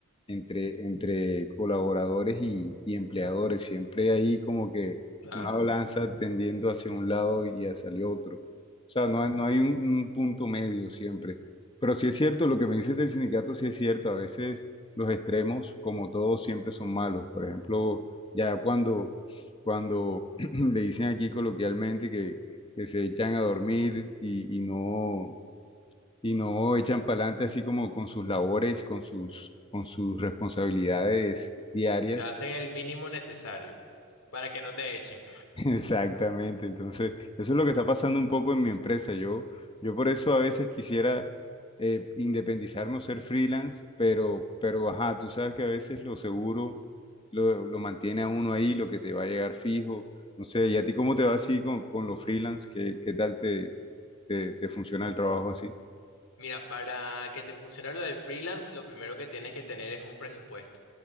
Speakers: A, on the left; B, on the left.
A: entre, entre colaboradores y, y empleadores. Siempre hay como que
B: claro,
A: una balanza tendiendo hacia un lado y hacia el otro. O sea, no, hay- no hay un un punto medio siempre. Pero sí es cierto, lo que me dices del sindicato sí es cierto. A veces los extremos, como todos, siempre son malos. Por ejemplo, ya cuando, cuando <clears throat> le dicen aquí coloquialmente que, que se echan a dormir y, y no, y no echan para adelante así como con sus labores, con sus, con sus responsabilidades diarias.
B: te hacen el mínimo necesario para que no te echen.
A: Exactamente, entonces eso es lo que está pasando un poco en mi empresa. Yo, yo por eso a veces quisiera eh, independizarme o ser freelance, pero, pero ajá, tú sabes que a veces lo seguro lo, lo mantiene a uno ahí, lo que te va a llegar fijo. No sé, ¿y a ti cómo te va así con, con los freelance? ¿Qué, qué tal te, te, te funciona el trabajo así?
B: Mira, para que te funcione lo del freelance, lo primero que tienes que tener es un presupuesto.